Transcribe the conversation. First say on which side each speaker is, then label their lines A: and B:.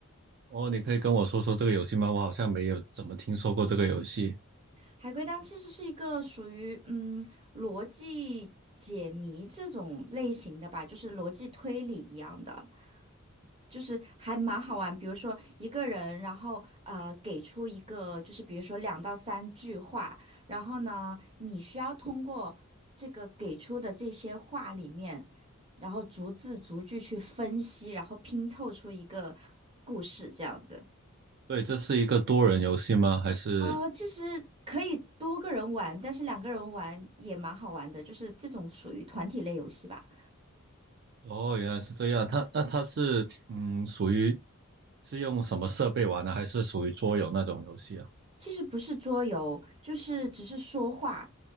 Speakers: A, on the right; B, on the right.
A: 哦，你可以跟我说说这个游戏吗？我好像没有怎么听说过这个游戏。
B: 海龟汤其实是一个属于嗯逻辑解谜这种类型的吧，就是逻辑推理一样的。就是还蛮好玩，比如说一个人，然后呃给出一个，就是比如说两到三句话，然后呢，你需要通过这个给出的这些话里面，然后逐字逐句去分析，然后拼凑出一个故事这样子。
A: 对，这是一个多人游戏吗？还是？
B: 哦，其实可以多个人玩，但是两个人玩也蛮好玩的，就是这种属于团体类游戏吧。
A: 哦，原来是这样。它那它是嗯，属于是用什么设备玩的？还是属于桌游那种游戏啊？
B: 其实不是桌游，就是只是说话，